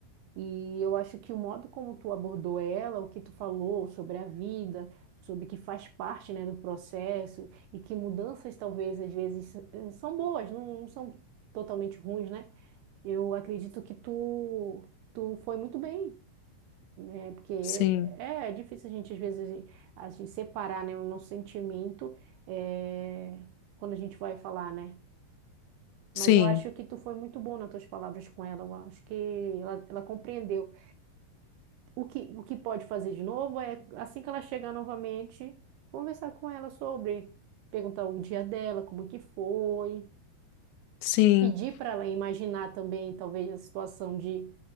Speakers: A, on the right (about 80°); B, on the left (about 85°).
A: E eu acho que o modo como tu abordou ela, o que tu falou sobre a vida, sobre que faz parte, né, do processo e que mudanças talvez às vezes eh, são boas, não, não são totalmente ruins, né? Eu acredito que tu tu foi muito bem, né? Porque é,
B: Sim,
A: é difícil a gente às vezes a gente separar, né, o nosso sentimento eh, quando a gente vai falar, né? Mas
B: sim,
A: eu acho que tu foi muito bom nas tuas palavras com ela. Eu acho que ela, ela compreendeu. O que, o que pode fazer de novo é, assim que ela chegar novamente, conversar com ela sobre, perguntar o dia dela, como que foi,
B: sim,
A: pedir para ela imaginar também, talvez, a situação de,